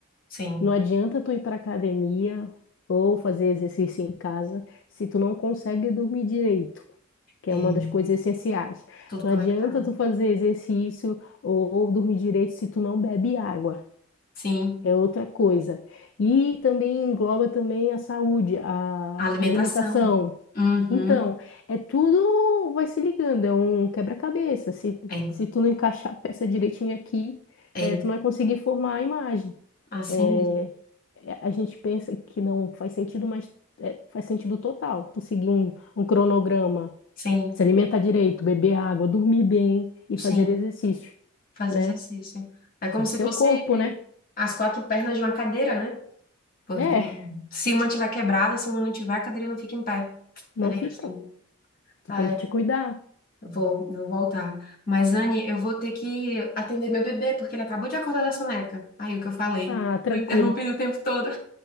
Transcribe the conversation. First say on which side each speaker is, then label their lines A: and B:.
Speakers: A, on the left (about 45°); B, on the left (about 60°).
A: sim,
B: Não adianta tu ir para academia ou fazer exercício em casa se tu não consegue dormir direito, que
A: é,
B: é uma das coisas essenciais.
A: tudo
B: Não
A: conectado.
B: adianta tu fazer exercício ou, ou dormir direito se tu não bebe água.
A: Sim,
B: É outra coisa. E também engloba também a saúde, a
A: a alimentação.
B: alimentação.
A: Uhum,
B: Então, é tudo vai se ligando, é um quebra-cabeça. Se,
A: é.
B: se tu não encaixar a peça direitinho aqui,
A: é.
B: eh, tu não vai conseguir formar a imagem.
A: Assim
B: É,
A: mesmo.
B: é, a gente pensa que não faz sentido, mas é, faz sentido total. Tu seguir um, um cronograma,
A: Sim,
B: se alimentar direito, beber água, dormir bem e
A: sim,
B: fazer exercício,
A: faz
B: né?
A: exercício. É como
B: O
A: se
B: teu
A: fosse
B: corpo, né?
A: as quatro pernas de uma cadeira, né? Porque
B: É,
A: se uma tiver quebrada, se uma não tiver, a cadeira não fica em pé.
B: não
A: É bem
B: fica.
A: assim.
B: Tu
A: Ah,
B: tem
A: é.
B: que te cuidar.
A: vou, vou voltar. Mas, Anne, eu vou ter que atender meu bebê, porque ele acabou de acordar da soneca. Aí, o que eu falei.
B: Ah, tranquilo.
A: Tô interrompendo o tempo todo.